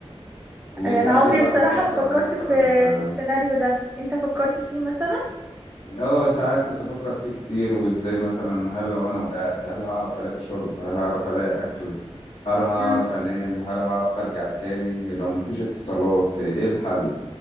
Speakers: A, on the left (about 60°); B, on the right (about 15°).
A: وساعتها
B: انا عمري
A: بقى
B: بصراحه
A: بفكر
B: ما فكرت
A: مثلا
B: في في السيناريو ده انت فكرت فيه مثلا
A: اه ساعات كنت افكر فيه كتير وازاي مثلا هل لو انا وقعت هل هعرف الاقي شرب هل هعرف الاقي اكل هل هعرف
B: امم
A: انام هل هعرف ارجع تاني لو مفيش اتصالات ايه الحل